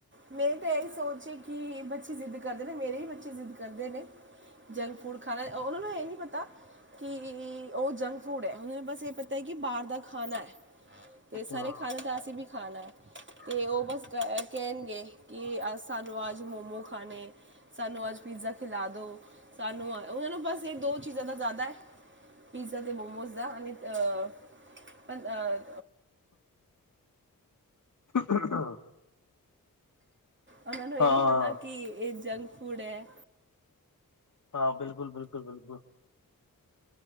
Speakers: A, on the right; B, on the left.
A: ਮੈਂ ਤਾਂ ਇਹੀ ਸੋਚ ਐ ਕਿ ਬੱਚੇ ਜਿੱਦ ਕਰਦੇ ਨੇ ਮੇਰੇ ਹੀ ਬੱਚੇ ਜਿੱਦ ਕਰਦੇ ਨੇ ਜੰਕ ਫੂਡ ਖਾਣਾ ਓਹਨਾਂ ਨੂੰ ਐ ਈ ਨੀ ਪਤਾ ਕਿ ਓ ਜੰਕ ਫੂਡ ਐ ਓਨਾਂ ਨੂੰ ਬਸ ਏ ਪਤਾ ਐ ਕਿ ਬਾਹਰ ਦਾ ਖਾਣਾ ਐ ਤੇ ਸਾਰੇ
B: ਹਾਂ
A: ਖਾਲੇਣ ਤਾਂ ਅਸੀਂ ਵੀ ਖਾਣਾ ਐ ਤੇ ਓ ਬਸ ਕਹਿ ਕੈਨ ਕਿ ਅਜ ਸਾਨੂੰ ਅੱਜ ਮੋਮੋ ਖਾਣੇ। ਸਾਨੂੰ ਅੱਜ ਪੀਜ਼ਾ ਖਿਲਾ ਦੋ ਸਾਨੂੰ ਉਨਾਂ ਨੂੰ ਬਸ ਇ ਦੋ ਚੀਜ਼ਾਂ ਦਾ ਜ਼ਿਆਦਾ ਐ। ਪਿਜ਼ਾ ਤੇ ਮੋਮੋਜ਼ ਦਾ ਅ ਪੰਦਰ
B: ਹਾਂ <inaudible>
A: ਓਨਾਂ ਨੂੰ ਏ
B: ਹਾਂ
A: ਨੀ ਪਤਾ ਕਿ ਏ ਜੰਕ ਫੂਡ ਐ।
B: ਹਾਂ, ਬਿਲਕੁਲ, ਬਿਲਕੁਲ, ਬਿਲਕੁਲ।